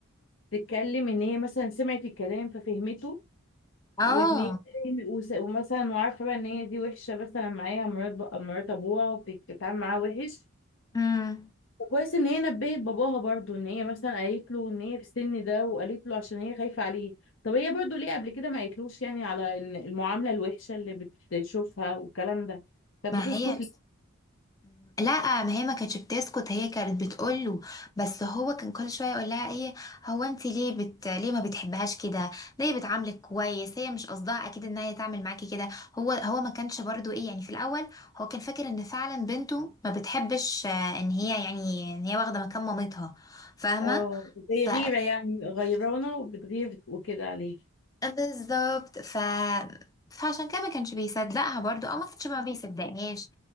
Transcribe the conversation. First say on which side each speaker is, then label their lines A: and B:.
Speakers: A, on the left; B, on the left.
A: تتكلم ان هي مثلا سمعت الكلام ففهمته
B: اه
A: وان هي وس- ومثلا وعارفه بقى ان هي دي وحشه مثلا معاها مرات ب- مرات ابوها وبتتعامل معاها وحش
B: امم
A: وكويس ان هي نبهت باباها برضو ان هي مثلا قالت له ان هي في السن ده وقالت له عشان هي خايفه عليه طب هي برضو ليه قبل كده ما قالتلوش يعني على ان المعامله الوحشه اللي بتشوفها والكلام ده كانت
B: ما
A: بتسكت
B: هي
A: ليه؟
B: مم. لا ما هي ما كانتش بتسكت هي كانت بتقوله بس هو كان كل شويه يقول لها ايه هو انت ليه بت... ليه ما بتحبهاش كده ده هي بتعاملك كويس هي مش قصدها اكيد ان هي تعمل معاكي كده هو هو ما كانش برضو ايه يعني في الاول هو كان فاكر ان فعلا بنته ما بتحبش آه، ان هي يعني ان هي واخده مكان مامتها فاهمه
A: اه زي
B: ف...
A: غيره يعني غيرانه وبتغير وكده عليه
B: بالظبط ف فعشان كده ما كانش بيصدقها برضو او ما كانش ما بيصدقهاش